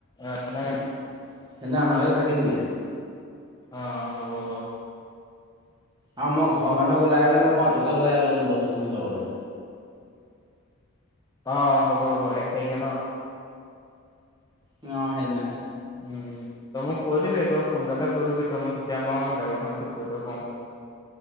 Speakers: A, on the left; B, on the right.
A: ৰাতিলে
B: সেইদিনা আমাৰ ঘতে থাকি দিবি।
A: অহ, হ'ব- হ'ব।
B: আৰু মই ঘৰ মানুহক ওলাই আহিবলৈ নকওঁ আৰু তোকেও ওলাই আহিবলে ক'ম বস্তুখিনি ল'বলে।
A: অহ, হ'ব -হ'ব এক তাৰিখে ন'?
B: অহ, সেইদিনা।
A: উম, তই মোক কৈ দিবি তই সোনকালে কৈ দিবি তই মই তেতিয়া আমাৰ গাড়ীখন ঠিক কৰি থব পাৰো। <inaudible>